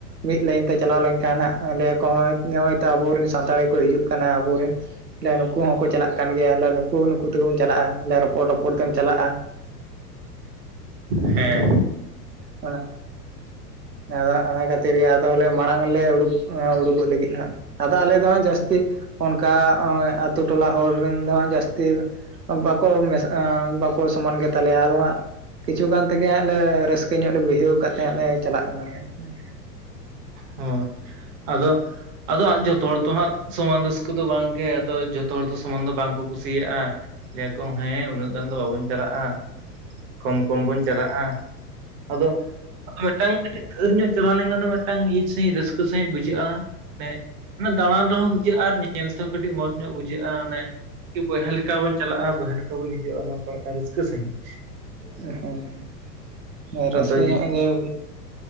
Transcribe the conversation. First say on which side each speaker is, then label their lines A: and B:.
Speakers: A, on the right; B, on the right.
A: ᱢᱤᱫ ᱞᱟᱹᱭᱤᱱ ᱛᱮᱹ ᱪᱟᱞᱟᱣ ᱞᱮᱝ ᱠᱷᱟᱱ ᱦᱟᱸᱜ, ᱟᱸ ᱞᱟᱹᱭ ᱠᱚ ᱚᱸᱭ ᱧᱚᱭ ᱛᱚ, ᱟᱵᱩᱨᱮᱱ ᱥᱟᱱᱛᱟᱲ ᱮ ᱠᱚ ᱦᱤᱡᱩᱜ ᱠᱟᱱᱟ, ᱟᱵᱩᱨᱮᱱ᱾ ᱞᱮ ᱞᱩᱠᱩ ᱦᱚᱸᱠᱚ ᱪᱟᱞᱟᱜ ᱠᱟᱱ ᱜᱮᱹᱭᱟ ᱞᱟᱹ ᱱᱩᱠᱩ-ᱱᱩᱠᱩ ᱛᱩᱨᱩᱱ ᱪᱟᱞᱟᱜᱼᱟ᱾ ᱞᱮ ᱨᱚᱯᱚᱨ-ᱨᱚᱯ- -ᱯᱚᱲ ᱛᱮᱢ ᱪᱟᱞᱟᱜᱼᱟ᱾
B: ᱦᱮᱸ
A: <inaudible> ᱧᱟᱫᱚ, ᱟᱱᱟ ᱠᱟᱹᱛᱤᱨ ᱜᱮ ᱟᱫᱚᱞᱮ ᱢᱟᱲᱟᱝ ᱞᱮ ᱩᱰᱩᱠ, ᱚᱸ ᱩᱰᱩᱠᱚᱜ ᱞᱤᱜᱤᱫ ᱦᱟᱸᱜ! ᱟᱫᱚ, ᱟᱞᱮ ᱫᱚ ᱦᱟᱸᱜ ᱡᱟᱥᱛᱤ ᱚᱱᱠᱟ, ᱚᱸᱭ ᱟᱛᱩ ᱴᱚᱞᱟ ᱦᱚᱲ ᱨᱮᱱ ᱫᱚ ᱶᱟᱜ ᱡᱟᱥ- -ᱛᱤ ᱫᱟᱜ ᱵᱟᱠᱚ ᱢᱮᱥᱟᱜᱼᱟᱸ, ᱵᱟᱠᱚ ᱥᱚᱢᱟᱱ ᱜᱮᱛᱟ ᱞᱮᱭᱟ ᱟᱫᱚ ᱶᱟᱜ ᱠᱤᱪᱷᱩ ᱜᱟᱱ ᱛᱮᱜᱮ ᱟᱸᱜ ᱞᱮ, ᱨᱟᱹᱥᱠᱟᱹ ᱧᱚᱜ ᱞᱮ ᱵᱩᱡᱷᱟᱹᱣ ᱠᱟᱜ, ᱛᱮᱦᱮᱸᱜ ᱞᱮ ᱪᱟᱞᱟᱜ ᱠᱟᱱᱟ᱾ ᱮᱸ ᱮᱸ
B: ᱦᱳ, ᱟᱫᱚ ᱟᱫᱚ ᱟ ᱡᱚᱛᱚ ᱦᱚᱲ ᱛᱚ ᱦᱟᱸᱜ ᱥᱚᱢᱟᱱ ᱨᱟᱹᱥᱠᱟᱹ ᱫᱚ ᱵᱟᱝᱜᱮ, ᱟᱫᱚ, ᱡᱷᱚᱛᱚ ᱦᱚᱲ ᱫᱚ, ᱥᱚᱢᱟᱱ ᱫᱚ ᱵᱟᱝ ᱠᱚ ᱠᱩᱥᱤᱭᱟᱜᱼᱟ! ᱞᱟᱹᱭᱟᱠᱚ ᱦᱮᱸ ᱩᱱᱟᱹᱜ ᱜᱟᱱ ᱫᱚ ᱵᱟᱵᱚᱱ ᱪᱟᱞᱟᱜᱼᱟᱸ, ᱠᱚᱢ ᱠᱚᱢ ᱵᱚᱱ ᱪᱟᱞᱟᱜᱼᱟᱸ᱾ ᱟᱫᱚ, ᱟᱫᱚ, ᱢᱤᱫᱴᱟᱝ ᱠᱟᱹᱴᱤᱡ ᱫᱷᱟᱹᱨ ᱧᱚᱜ ᱪᱟᱞᱟᱣ ᱞᱮᱝᱠᱷᱟᱱ ᱫᱚ᱾ ᱢᱮ ᱴᱟᱝ ᱤᱡᱽ ᱥᱟᱺᱦᱤᱡ ᱨᱟᱹᱥᱠᱟᱹ ᱥᱟᱺᱦᱤᱡ ᱵᱩᱡᱷᱟᱹᱜᱼᱟ, ᱢᱮ ᱢᱮ ᱫᱟᱬᱟᱱ ᱛᱮᱦᱚᱸ ᱵᱩᱡᱷᱟᱹᱜᱼᱟᱨ ᱧᱮᱜ ᱧᱮᱞ ᱛᱮᱦᱚᱸ ᱠᱟᱹᱴᱤᱜ ᱢᱚᱡ ᱧᱚᱜ ᱵᱩᱡᱷᱟᱹᱜᱼᱟᱸ ᱱᱮ! ᱠᱤ ᱵᱚᱭᱦᱟ ᱞᱮᱠᱟ ᱵᱚᱱ ᱪᱟᱞᱟᱜᱼᱟ, ᱵᱚᱭᱦᱟ ᱞᱮᱠᱟ ᱵᱚᱱ ᱦᱤᱡᱩᱜᱼᱟ, ᱱᱚᱝᱠᱟ ᱢᱤᱫᱴᱟᱝ ᱨᱟᱹᱥᱠᱟᱹ ᱥᱟᱺᱦᱤᱡ!
A: ᱩᱸ ᱦᱩᱸ ᱢᱟ ᱨᱟᱹᱥᱠᱟᱹ
B: ᱟᱫᱚ
A: ᱧᱚᱜ
B: ᱡᱩᱫᱤ
A: ᱜᱮ!